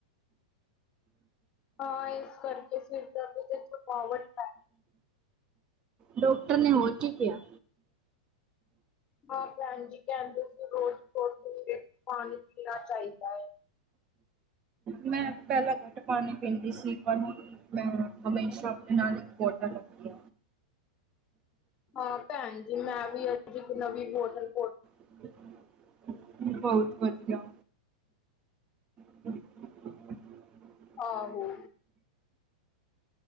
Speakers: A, on the left (about 25°); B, on the right (about 25°).
A: ਹਾਂ ਇਸ ਕਰਕੇ ਫਿਰ ਸਿਰ ਦਰਦ ਤੇ ਥਕਾਵਟ ਆ
B: ਡਾਕਟਰ ਨੇ ਹੋਰ ਕੀ ਕਿਹਾ
A: ਹਾਂ ਪੈਣ ਜੀ ਕਹਿੰਦੇ ਸੀ ਰੋਜ਼ <unintelligible> ਪਾਨੀ ਪੀਨਾ ਚਾਹੀਦਾ ਹੈ।
B: ਮੈਂ ਪਹਿਲਾਂ ਘੱਟ ਪਾਨੀ ਪੀਂਦੀ ਸੀ ਪਰ ਹੁਨ ਮੈਂ ਹਮੇਸ਼ਾ ਆਪਣੇ ਨਾਲ ਇੱਕ ਬੋਤਲ ਰੱਖਦੀ ਆ।
A: ਹਾਂ ਪੈਣ ਜੀ ਮੈਂ ਵੀ ਅੱਜ ਇੱਕ ਨਵੀਂ ਬੋਤਲ
B: <unintelligible> ਬਹੁਤ ਵਦੀਆ <unintelligible>
A: ਆਹੋ